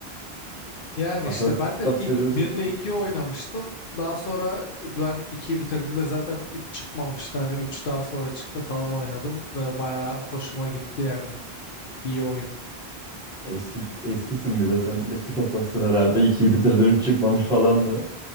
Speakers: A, on the left (about 65°); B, in the centre.
A: Yani
B: Fantastik
A: işte ben
B: kitap
A: de ilk
B: seviyorsan.
A: 1 ile 2'yi oynamıştım. Daha sonra ben 2'yi bitirdiğimde zaten 3 çıkmamıştı. Hani 3 daha sonra çıktı falan oynadım. Ee, Bayağı hoşuma gitti yani. İyi oyun.
B: Eski eskisin bir de sen. Eski topraksın herhalde. İkiyi bitirdin, üç çıkmamış falan da.